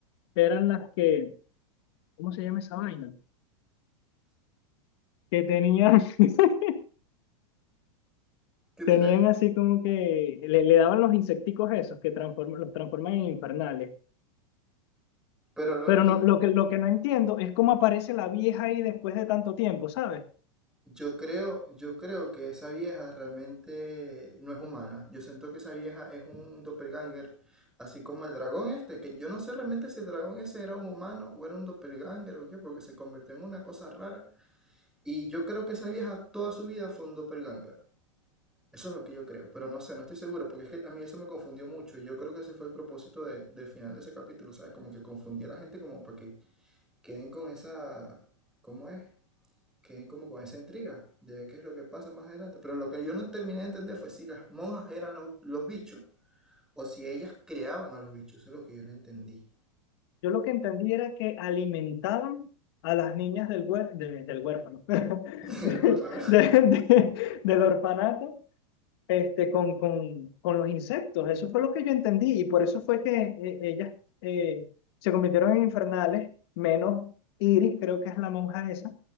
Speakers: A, on the left (about 55°); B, in the centre.
A: eran las que, ¿cómo se llama esa vaina? Que tenían, <laughs>
B: que tenían...
A: tenían así como que le, le daban los insecticos esos que transform- los transforman en infernales.
B: Pero lo
A: Pero
B: que
A: no, lo que, lo que no entiendo es cómo aparece la vieja ahí después de tanto tiempo, ¿sabes?
B: yo creo, yo creo que esa vieja realmente no es humana. Yo siento que esa vieja es un doppelganger, así como el dragón este, que yo no sé realmente si el dragón ese era un humano o era un doppelganger o qué, porque se convirtió en una cosa rara. Y yo creo que esa vieja toda su vida fue un doppelganger. Eso es lo que yo creo, pero no sé, no estoy seguro, porque es que a mí eso me confundió mucho y yo creo que ese fue el propósito de- del final de ese capítulo, ¿sabes? Como que confundía a la gente como para que queden con esa, ¿cómo es? Queden como con esa intriga de ver qué es lo que pasa más adelante. Pero lo que yo no terminé de entender fue si las monjas eran los, los bichos o si ellas creaban a los bichos, eso es lo que yo no entendí
A: Yo lo que entendí era que alimentaban a las niñas del, huer- de- del huérfano, <laughs> de-
B: <laughs> del huérfano.
A: de- de- del orfanato, este, con, con, con los insectos. Eso fue lo que yo entendí y por eso fue que eh, ellas eh, se convirtieron en infernales, menos Iris, creo que es la monja esa,